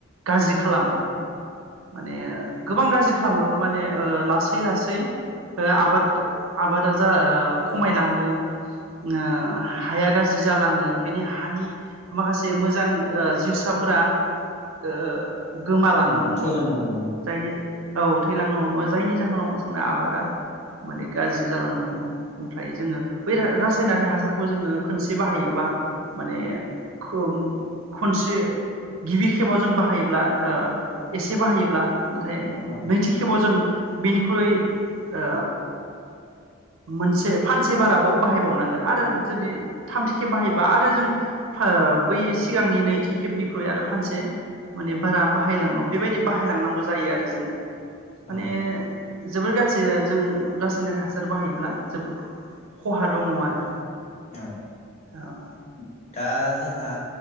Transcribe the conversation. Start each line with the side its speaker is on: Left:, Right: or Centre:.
Right: गाज्रि खालामो माने गोबां गाज्रि खालामो माने ओ लासै लासै आबाद आबादा जा खमायलाङो ओ हाया गाज्रि जालाङो बेनि हानि माखासे मोजां ओ जिउसाब फोरा ओ गोमालांनो
Left: ओ
Right: हमो
Left: थैलांनो हमो
Right: जायनि औ थैलांनो हमो जायनि जाहोनाव जोंना आबादा माने गाज्रि जालांनो हमो ओमफ्राय जोङो बै रासायनारि हासारखौ जोङो खनसे बाहायोबा माने खोम खनसे गिबि खेबाव जों बाहायोब्ला ओ एसे बाहायोब्ला नाथाय
Left: औ
Right: नैथि खेबाव जों बिनिख्रुइ ओ मोनसे फानसे बाराबाव बाहायबावनांगोन आरो जुदि थामथि खेब बाहायबा आरो जों फोर बै सिगांनि नै खेबनिख्रुय आरो फानसे माने बारा बाहायलङो बेबायदि बाहायलांनांगौ जायो आरो जोङो। माने
Left: औ
Right: जोबोर गाज्रि जों रासायनारिक हासार बाहायोब्ला जोबोद खहा दङ आरो।
Left: औ
Right: औ।
Left: दा जोंहा